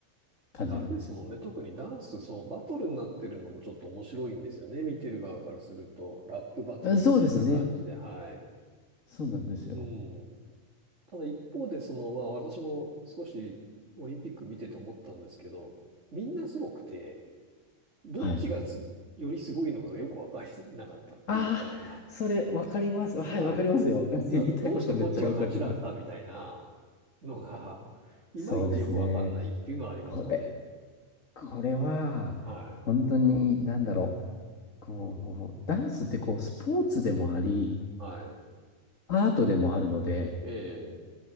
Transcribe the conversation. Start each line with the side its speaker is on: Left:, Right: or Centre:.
Left: 感じなんですよ。
Right: であれですもんね。特にダンス、そう、バトルになってるのもちょっと面白いんですよね。見てる側からすると。ラップバトルみたいな感じで、
Left: うんそうですね。
Right: はい。
Left: そうなんですよ。
Right: うん。ただ一方で、その、まあ私も少しオリンピック見てて思ったんですけど、みんなすごくて、どっちがすよりすごいのかがよくわかりなかったっていうか、
Left: はい。ああ、それわかります。
Right: はい。
Left: はい、わかりますよ。<laughs>
Right: いや、
Left: 言いたいことめっちゃわかります。
Right: どうしてこっちが勝ちなんだみたいなのが、いまいちよくわかんないっていうのはありましたね。
Left: そうですね。これ、これは、
Right: はい。
Left: 本当に、なんだろう。こう、ダンスってこう、スポーツでもあり、
Right: はい。
Left: アートでもあるので、
Right: ええ。